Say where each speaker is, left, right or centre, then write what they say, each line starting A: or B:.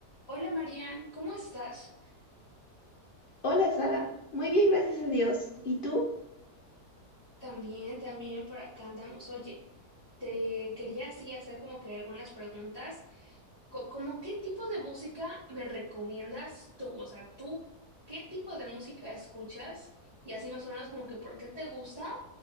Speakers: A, on the left; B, on the left.
A: Hola Marian, ¿cómo estás?
B: Hola Sara, muy bien, gracias a Dios. ¿Y tú?
A: También, también por acá andamos. Oye, te quería así hacer como que algunas preguntas. Co- como qué tipo de música me recomiendas tú? O sea, tú, ¿qué tipo de música escuchas? Y así más o menos como que por qué te gusta